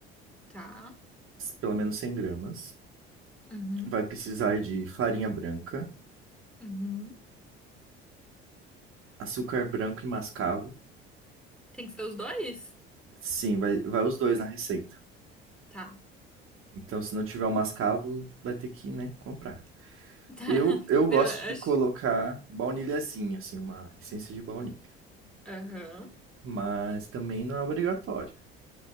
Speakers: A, in the centre; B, on the right.
A: tá.
B: pelo menos 100 gramas.
A: Uhum,
B: Vai precisar de farinha branca,
A: uhum.
B: açúcar branco e mascavo.
A: Tem que ser os dois?
B: Sim, vai, vai os dois na receita.
A: Tá.
B: Então, se não tiver o mascavo, vai ter que, né, comprar.
A: Tá.
B: Eu,
A: <laughs>
B: eu gosto
A: Eu
B: de
A: acho.
B: colocar baunilhazinha, assim, uma essência de baunilha.
A: Aham.
B: Mas também não é obrigatório.